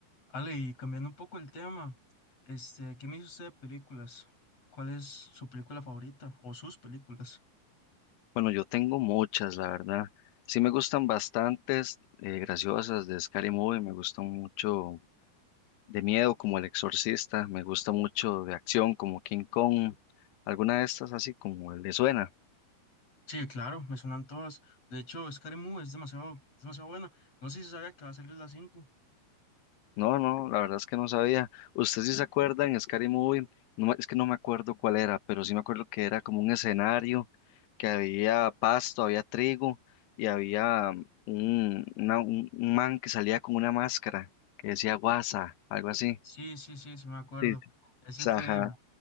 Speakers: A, on the left (about 40°); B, on the left (about 85°).
A: Ale, y cambiando un poco el tema, este, ¿qué me dice usted de películas? ¿Cuál es su película favorita o sus películas?
B: Bueno, yo tengo muchas, la verdad. Sí me gustan bastantes eh, graciosas de Scary Movie, me gustan mucho de miedo como El Exorcista, me gusta mucho de acción como King Kong, alguna de estas así como le suena.
A: Sí, claro, me suenan todas. De hecho, Scary Movie es demasiado, es demasiado buena. No sé si sabía que va a salir la 5.
B: No, no, la verdad es que no sabía. ¿Usted sí se acuerda en Scary Movie? No, me- es que no me acuerdo cuál era, pero sí me acuerdo que era como un escenario, que había pasto, había trigo y había mm, un, una- un un man que salía con una máscara que decía guasa, algo así.
A: Sí, sí, sí, sí me acuerdo.
B: Sí,
A: Ese
B: sí.
A: fue,
B: ajá,